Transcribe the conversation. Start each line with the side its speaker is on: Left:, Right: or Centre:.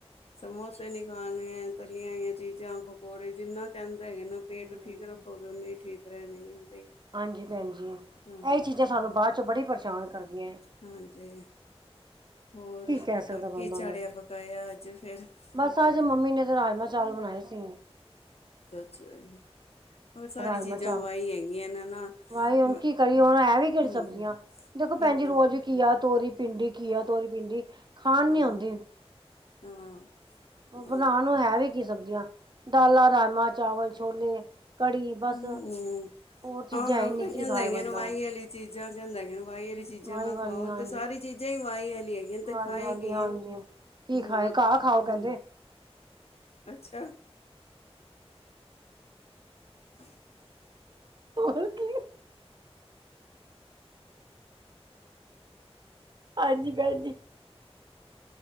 Left: ਸਮੋਸੇ ਨੀ ਖਾਣੇ ਐ, ਤਲੀਆਂ ਹੋਈਆਂ ਚੀਜ਼ਾਂ, ਪਕੌੜੇ ਜਿੰਨਾ ਕੈਂਦੇ ਹੈਗੇ ਨੇ ਪੇਟ
Right: ਹਮ
Left: ਠੀਕ ਰੱਖੋਗੇ ਔਨੇ ਈ ਠੀਕ ਰੈਨਗੇ ਬਈ
Right: ਹਾਂਜੀ ਭੈਣਜੀ,
Left: ਹਾਂ
Right: ਐਈ ਚੀਜ਼ਾਂ ਸਾਨੂੰ ਬਾਚੋ ਬੜੀ ਪਰੇਸ਼ਾਨ। ਕਰਦੀਆਂ
Left: ਹਾਂਜੀ। ਹੋਰ
Right: ਕੀ ਕਹਿ ਸਕਦਾ ਬੰਦਾ
Left: ਕਿ ਝਾੜਿਆ
Right: ਉਹਨੇ
Left: -ਪਕਾਯਾ ਅੱਜ ਫੇਰ,
Right: ਬਸ
Left: ਕੀ ਖਾਦੈ
Right: ਅੱਜ ਮੰਮੀ ਨੇ ਤੇ ਰਾਜਮਾਂ <inaudible>
Left: ਅੱਛਾ ਜੀ। ਔਹ ਸਾਰੀ
Right: ਰਾਜਮਾਂ
Left: ਚੀਜ਼ਾਂ
Right: ਚਾਵਲ
Left: ਵਾਈ ਹੈਗੀਆਂ ਨੇ ਨਾ,
Right: ਵਾਹੀ ਹੁਣ
Left: ਨਅ,
Right: ਕੀ ਕਰੀਏ ਹੁਣ ਹੈ ਵੀ ਕਿਹੜੀ
Left: ਹਾਂਜੀ
Right: ਸਬਜ਼ੀਆਂ ਦੇਖੋ ਭੈਣਜੀ
Left: ਕੀ ਬ
Right: ਰੋਜ ਕੀਆ, ਤੋਰੀ, ਪਿੰਡੀ, ਕੀਆ, ਤੋਰੀ, ਪਿੰਡੀ ਖਾਣ
Left: ਹਮ,
Right: ਨੀ ਆਉਂਦੀ
Left: ਹਾਂ
Right: ਅ
Left: ਹਮ
Right: ਬਣਾਣ ਨੂੰ ਹੈ ਵੀ ਕੀ ਸਬਜ਼ੀਆਂ, ਦਾਲਾਂ, ਰਜਮਾਂ, ਚਾਵਲ, ਛੋਲੇ, ਕੜੀ
Left: ਹਮ
Right: ਬਸ
Left: -ਹਮ
Right: ਹੋਰ ਚੀਜ਼ਾਂ
Left: ਆਹੋ, ਡਾਕਟਰ
Right: ਹੈ ਨੀ ਕੀ
Left: ਕੈਂਦੇ
Right: ਖਾਏ
Left: ਹੈਗੇ
Right: ਬੰਦਾ
Left: ਏਨੂੰ ਵਾਈ ਏਲੀ ਚੀਜ਼ਾ ਕਿਉਂ ਲੈਣੇ ਔ, ਵਾ ਈ ਚੀਜ਼ਾਂ
Right: ਆਹੀ
Left: ਨਾ
Right: ਵਾਲੀ
Left: ਖਾਔ
Right: ਹਾਂਜੀ
Left: ਤੇ ਸਾਰੀ ਚੀਜ਼ਾਂ ਈ ਵਾਹੀ ਵਾਲੀ ਹੈਗ ਵਿਲ ਤੇ
Right: ਆਹੀ
Left: ਖਾਏਗੀ
Right: ਵਾਲੀ ਹਾਂਜੀ ਕੀ ਖਾਏ
Left: ਜੋ ਹਾਂ
Right: ਘਾਹ ਖਾਓ ਕਹਿੰਦੇ
Left: <unintelligible> ਅੱਛਾ। <inaudible>
Right: ਆਹ ਕੀ? ਹਾਂਜੀ ਭੈਂ ਜੀ